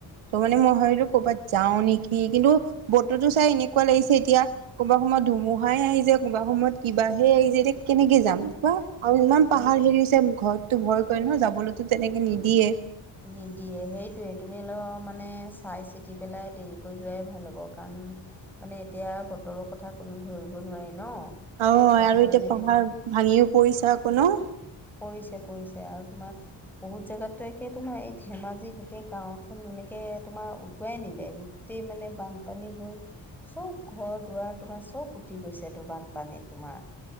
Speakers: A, on the right (about 80°); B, in the centre.
A: ত' মানে মই ভাবিলো কৰবাত যাও নেকি? কিন্তু, বততো চাই এনেকুৱা লাগিছে এতিয়া কোনোবা সময়ত ধুমুহাই আহিযায়, কোনোবা সময়ত কিবাহে আহি যায়। এতিয়া কেনেকে যাম কোৱা? আৰু ইমান
B: সেই
A: পাহাৰ হেৰি হৈছে, ঘৰততো ভয় কৰে ন? যাবলৈতো তেনেকে নিদিয়ে।
B: নিদিয়ে সেইটোৱে, তুমি অলপ মানে চাই চিতি পেলাই দেৰিকৈ যোৱাই ভাল হ'ব। কাৰণ, মানে এতিয়া বতৰৰ কথা কোনো ধৰিব নোৱাৰি ন?
A: অ আৰু
B: সেইটো কাৰণে
A: এতিয়া পাহাৰ
B: মানে
A: ভাঙিও পৰিছে আকৌ ন?
B: পৰিছে পৰিছে আৰু তোমাৰ বহুত জেগাত একে তোমাৰ এই ধেমাজি গোটেই গাঁওখন এনেকৈ তোমাৰ উটুৱাই নিলে তাতেই মানে বানপানী হ'ল। চব ঘৰ দুৱাৰ তোমাৰ চব উটি গৈছে টো বানপানীত তোমাৰ।